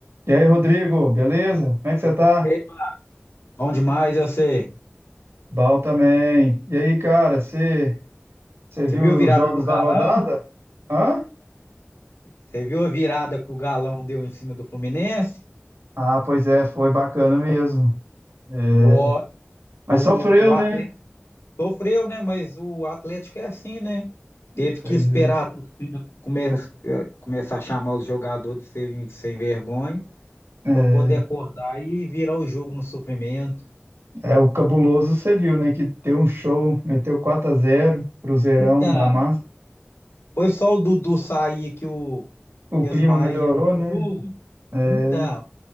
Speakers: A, on the right (about 85°); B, on the left (about 80°).
A: E aí, Rodrigo, beleza? Como é que você tá?
B: E aí, Marcos? Bom demais, eu sei.
A: Bal também. E aí, cara, você você viu
B: Você viu a virada
A: os jogos
B: do Galão?
A: da rodada? Hã?
B: Você viu a virada que o Galão deu em cima do Fluminense?
A: Ah, pois é, foi bacana mesmo. É,
B: No,
A: mas
B: o,
A: sofreu,
B: o Atlético
A: né?
B: sofreu, né? Mas o Atlético é assim, né? Teve
A: Pois
B: que esperar
A: é.
B: a torcida come, eh, começar a chamar os jogadores de sem, sem vergonha
A: É,
B: para poder acordar e virar o jogo no sofrimento.
A: é o cabuloso, você viu, né? Que deu um show, meteu 4x0, Cruzeirão
B: Então,
A: da massa.
B: foi só o Dudu sair que o
A: O
B: que as
A: clima
B: Maria
A: melhorou,
B: melhorou.
A: né? É,
B: Então,